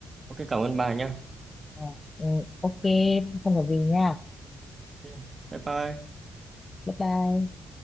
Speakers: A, on the right; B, on the left.
A: Ok, cảm ơn bà nhá.
B: Ờ, ừ, ok không có gì nha
A: Ok, Bye bye.
B: bye bye